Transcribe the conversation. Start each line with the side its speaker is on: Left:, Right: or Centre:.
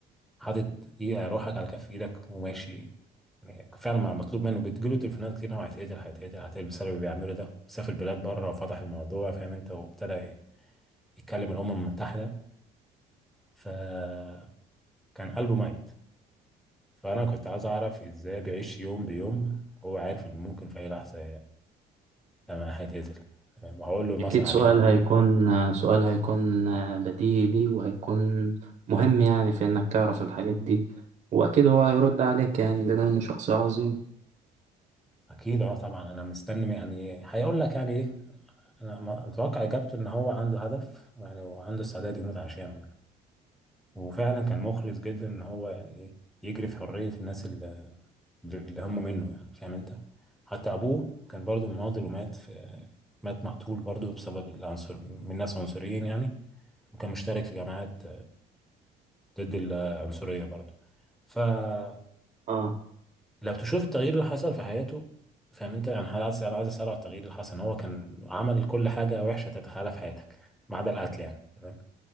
Centre: حاطط ايه روحك على كف ايدك وماشي يعني فعلا ما مطلوب منه بتجيله تليفونات كتير قوي هيتقتل هيتقتل هيتقتل بسبب اللي بيعمله ده وسافر بلاد بره وفتح الموضوع فاهم انت وابتدى يتكلم الامم المتحده فكان قلبه ميت فانا كنت عايز اعرف ازاي بيعيش يوم بيوم هو عارف ان ممكن في اي لحظه لما هيتقتل تمام وهقول له مثلا
Right: أكيد
Centre: على
Right: سؤال
Centre: اليوم
Right: هيكون سؤال هيكون بديهي ليه وهيكون مهم يعني في إنك تعرف الحاجات دي وأكيد هو هيرد عليك يعني بما إنه شخص عظيم
Centre: اكيد اه طبعا انا مستني يعني هيقول لك يعني ايه انا متوقع اجابته ان هو عنده هدف يعني وعنده استعداد يموت عشانه وفعلا كان مخلص جدا ان هو يعني ايه يجري في حرية الناس اللي, اللي هم منه يعني فاهم انت حتى ابوه كان برضو مناضل ومات في مات مقتول برضو بسبب العنصر من ناس عنصريين يعني وكان مشترك في جماعات ضد العنصرية برضو فلو
Right: آه
Centre: تشوف التغيير اللي حصل في حياته فاهم انت يعني عايز انا عايز اسأله على التغيير اللي حصل ان هو كان عمل كل حاجة وحشة تتخيلها في حياتك ما عدا القتل يعني تمام؟